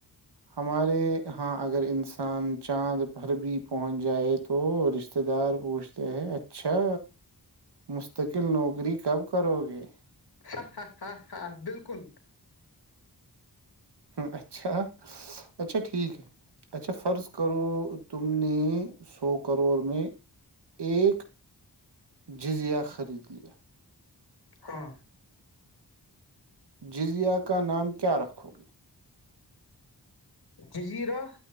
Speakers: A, on the right; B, on the left.
A: ہمارے ہاں اگر انسان چاند پرھر بھی پہنچ جائے تو رشتتے دار پوچھتے ہیں اچھا مستقل نوکری کب کرو گے
B: ہ ہ ہاں ہاں بالکل
A: ہ اچھا اچھا ٹھیک ہے اچھا فرض کرو تم نے سو کروڑ میں ایک جزیا خرید لیا
B: ہاں
A: جزیہ کا نام کیا رکھو گے؟
B: جزیرہ